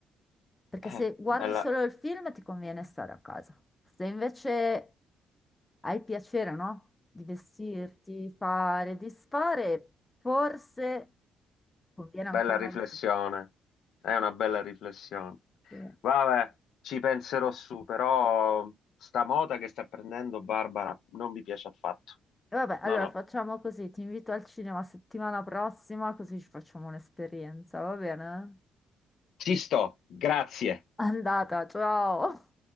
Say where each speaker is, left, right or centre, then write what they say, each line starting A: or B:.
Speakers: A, on the left; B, on the left.
A: Perché
B: eh,
A: se guardi
B: bella,
A: solo il film ti conviene stare a casa. Se invece hai piacere, no? Di vestirti, fare, disfare, forse conviene
B: bella
A: ancora
B: riflessione.
A: di più.
B: È una bella riflessione.
A: Sì. E
B: Vabbè, ci penserò su, però sta moda che sta prendendo Barbara non mi piace affatto.
A: Vabbè, allora
B: No, no.
A: facciamo così, ti invito al cinema settimana prossima, così ci facciamo un'esperienza, va bene?
B: Ci sto, grazie.
A: Andata, ciao.